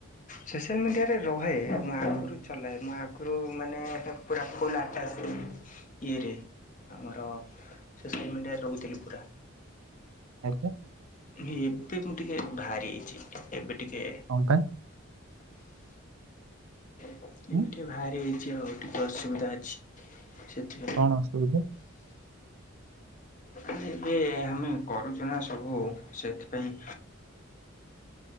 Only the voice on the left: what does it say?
ସୋସିଆଲ ମିଡ଼ିଆରେ ରହେ ମୁଁ ଆଗରୁ ଚଲାଏ ମୁଁ ମାନେ ପୁରା ଫୁଲ ଆଟାଜଥିଲି ଇରେ ଆମର ସୋସିଆଲ ମିଡିଆରେ ରହୁଥିଲି ପୁରା।
ମୁ ଏବେ ମୁଁ ଟିକେ ବାହାରି ଆଇଛି ଏବେ ଟିକେ
ଏବେ
ଟିକେ ବାହାରି ଯାଇଛି ଆଉ ଟିକେ ଅସୁବିଧା ଅଛି। ସେଥି ପାଇଁ
। ଏବେ ଆମେ କରୁଛୁ ନା ସବୁ ସେଥିପାଇଁ